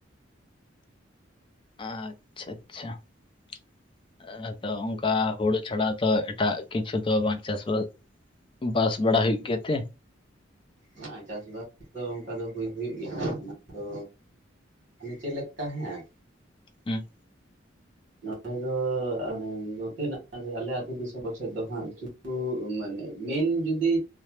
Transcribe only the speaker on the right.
ᱦᱮᱸ ᱪᱟᱥᱵᱟᱥ ᱫᱚ ᱚᱱᱠᱟ ᱫᱚ ᱦᱩᱭ ᱦᱩᱭᱩᱜ ᱜᱮᱭᱟ ᱚᱱᱟ ᱫᱚ ᱢᱟᱱᱮ ᱪᱮᱫ ᱞᱮᱠᱟ ᱦᱮᱸ
ᱱᱚᱸᱰᱮ ᱫᱚ ᱮ ᱱᱚᱛᱮᱱᱟᱜ ᱟᱞᱮ ᱟᱹᱛᱩ ᱫᱤᱥᱚᱢ ᱠᱚ ᱥᱮᱫ ᱫᱚ ᱦᱟᱸᱜ ᱠᱩ ᱢᱟᱱᱮ ᱢᱮᱱ ᱡᱩᱫᱤ